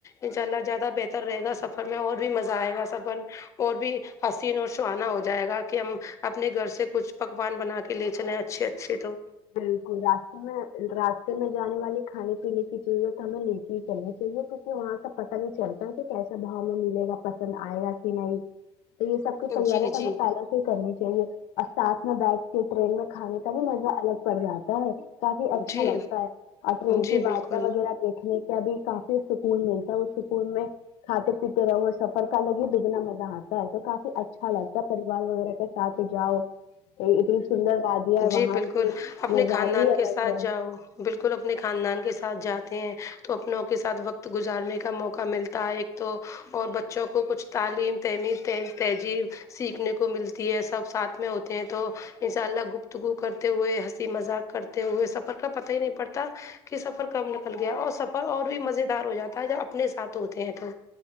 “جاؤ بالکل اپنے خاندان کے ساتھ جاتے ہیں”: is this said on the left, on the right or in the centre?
Left